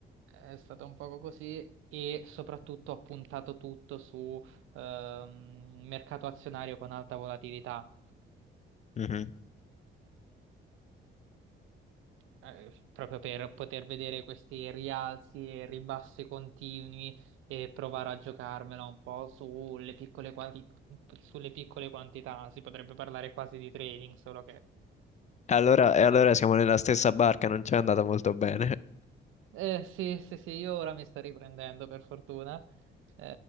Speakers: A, on the right (about 85°); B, on the left (about 35°).
A: è stato un poco così e soprattutto ho puntato tutto su ehm, mercato azionario con alta volatilità
B: Mhm.
A: eh, proprio per poter vedere questi rialzi e ribassi continui e provare a giocarmela un po' sulle piccole, quanti- sulle piccole quantità. Si potrebbe parlare quasi di trading, solo che
B: E allora, e allora
A: non...
B: siamo nella stessa barca, non ci è andata molto bene.
A: Eh, sì, sì, sì, io ora mi sto riprendendo per fortuna. Eh,